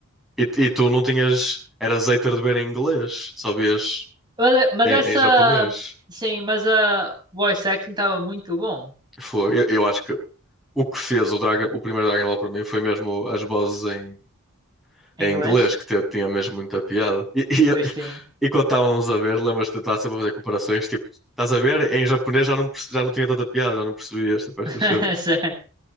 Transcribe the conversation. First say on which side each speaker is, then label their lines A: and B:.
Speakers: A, in the centre; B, on the right (about 20°).
A: e, e tu não tinhas. Eras hater de ver em inglês, só vias
B: Mas, é, mas
A: em,
B: essa.
A: em japonês.
B: Sim, mas a voice acting estava muito bom
A: Foi. Eu, eu acho que o que fez o, Draga, o primeiro Dragon Ball para mim foi mesmo as vozes em,
B: em
A: em
B: inglês.
A: inglês, que te- tinha mesmo muita piada. E, e,
B: Pois
A: <laughs>
B: tem.
A: e quando estávamos a ver, lembras-te de estar sempre a fazer comparações, tipo, estás a ver? Em japonês já não, perce- já não tinha tanta piada, já não percebias, tipo, estas
B: <laughs>
A: cenas.
B: Certo.